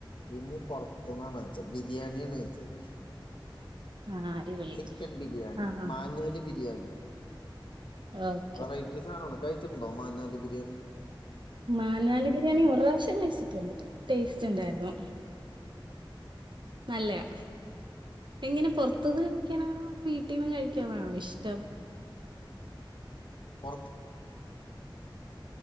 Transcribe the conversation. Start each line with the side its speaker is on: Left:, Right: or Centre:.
Left: ഇന്ന് പൊറ്ത്ത്ന്നാണ് കഴിച്ചത്, ബിരിയാണിയാണ് കഴിച്ചത്.
Right: ആ അടിപൊളി
Left: ചിക്കൻ ബിരിയാണി
Right: ആഹ്
Left: മാഞ്ഞലി ബിരിയാണി
Right: ഓക്കെ
Left: വെറൈറ്റീ സാധനാണ് കഴിച്ചിട്ടുണ്ടോ മഞ്ഞാലി ബിരിയാണി
Right: മാനാലി ബിരിയാണി ഒരുറാശ്യം കഴിച്ചിട്ടുണ്ട് ടേസ്റ്റ് ഇണ്ടായിരുന്നു. നല്ലയാ എങ്ങനെ പൊർത്തുന്ന് കഴിക്കാനാണോ അതോ വീട്ടീന്ന് കഴിക്കാനാണോ ഇഷ്ടം
Left: പുറത്ത്